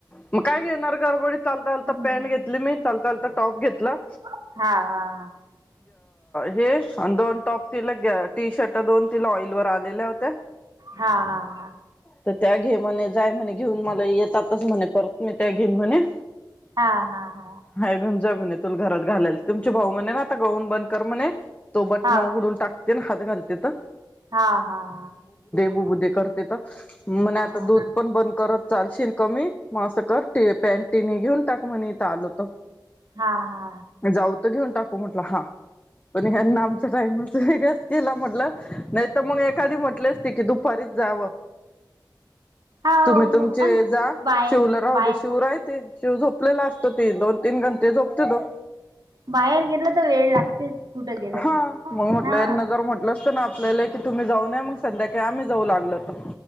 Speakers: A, on the left; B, on the right.
A: मग काय घेणार गरबडी चालता चालता लता
B: हम्म
A: पॅन्ट घेतली मी चालता चालता टॉप घेतला
B: हा हा ह
A: हे दोन टॉप तिला टी शर्ट दोन तिला ऑइलवर आलेल्या होत्या
B: हा हा हा
A: तर त्या घेमने जाय म्हणे घेऊन मला येतातच म्हणे परत मी त्या घीन म्हणे
B: हा हा हा
A: ह घंजा म्हणे तुला घरात घालेल तुमचे भाऊ म्हणे ना आता गाऊन बंद कर म्हणे तो बटण
B: हा
A: उघडून टाकतो ते न हात घालतेत
B: हा हा हा
A: बुबू दे कर तथ म्हणे आता
B: हा
A: दूध पण बंद करत चालशील कमी मग असं कर पॅन टिनी घेऊन टाक म्हणे इथं आलत
B: हा हा
A: जाऊ तर घेऊन टाकू म्हटलं हा पण हना आमच्या टाइमच वेगळाच केला म्हटलं नाही तर मग एखादी म्हटले असते की दुफारीच जावं
B: हा हो
A: तुम्ही तुम जे
B: अन
A: जा
B: बाय
A: शिवला राह
B: बाय
A: दे शिव राहेते शिव झोपलेला असतो ती दोन तीन घंटे झोपते तो
B: बाहेर गेलं तर वेळ लागतेच कुठं गेलं
A: हा
B: की
A: मग म्हटलं
B: हा
A: न जर म्हटलं असत ना आपल्याला की तुम्ही जाऊ नय मग संध्याकाळी आम्ही जाऊ लागल तर